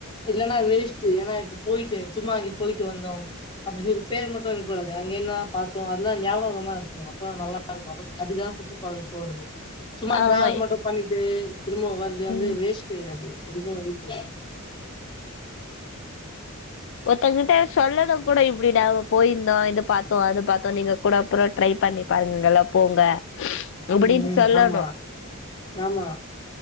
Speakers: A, on the left; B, on the left.
A: இல்லைன்னா வேஸ்ட்டு ஏன்னா இப்ப போயிட்டு சும்மா அங்கே போயிட்டு வந்தோ அப்டி சொல்லி பேர் மட்டு இருக்க கூடாது அங்க என்ன பாத்தோ அதெல்லாம் ஞாபகமா இருக்கனு அப்பதா நல்லா ருக்கூ அதுக்குதா சுத்தி பாக்க போறது சும்மா
B: ஆமா
A: டிராவல் மட்டு பண்ணிட்டு திரும்ப வருது வந்து
B: ம்
A: வேஸ்ட் அது எதுக்குமே <unintelligible>
B: ஒருத்தங்கிட்ட சொல்லறது கூட இப்படிடா போயிருந்தோ இத பாத்தோ அத பாத்தோ‌ நீங்க கூட அப்றொ ட்ரை பண்ணி பாருங்கல்லா போங்க அப்டின்னு
A: ம் ம்
B: சொல்லணு
A: ஆமா ஆமா